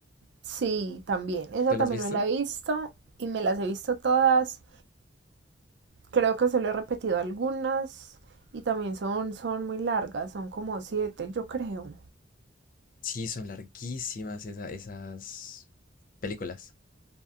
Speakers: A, on the right; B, on the left.
A: Sí, también. Esa
B: ¿Tú
A: también
B: las has visto?
A: me la he visto y me las he visto todas. Creo que solo he repetido algunas y también son, son muy largas, son como siete, yo creo.
B: Sí, son larguísimas esa- esas películas.